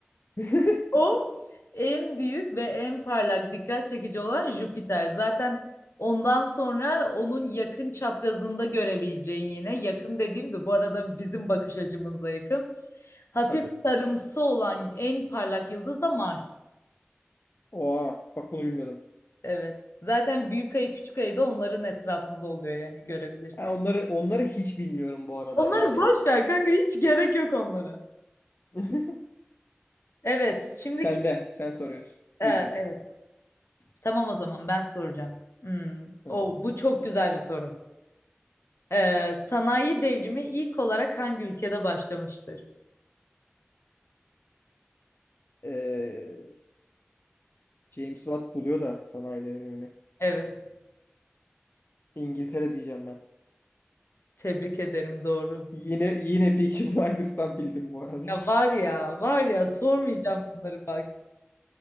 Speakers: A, on the left; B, on the left.
A: <laughs>
B: O en büyük ve en parlak dikkat çekici olan Jüpiter. Zaten ondan sonra onun yakın çaprazında görebileceğin yine yakın dediğim de bu arada bizim bakış açımıza yakın. Hafif
A: Tabii.
B: sarımsı olan en parlak yıldız da Mars.
A: Oha bak bunu bilmiyordum.
B: Evet. Zaten büyük ayı küçük ayı da onların etrafında oluyor yani görebilirsin.
A: Ha, onları onları hiç bilmiyorum bu arada
B: Onları
A: yani.
B: boş ver kanka hiç gerek yok onlara.
A: <laughs>
B: Evet, şimdiki
A: Sen de sen soruyorsun.
B: e,
A: Bir
B: evet.
A: bir.
B: Tamam o zaman ben soracağım. Hmm.
A: Hı.
B: O bu çok güzel bir soru. Ee, sanayi devrimi ilk olarak hangi ülkede başlamıştır?
A: Ee, James Watt buluyor da sanayi devrimini.
B: Evet,
A: İngiltere diyeceğim ben.
B: tebrik ederim doğru.
A: Yine yine Peaky Blinders'tan bildim bu arada.
B: Ya var ya, var ya sormayacağım bunları bak.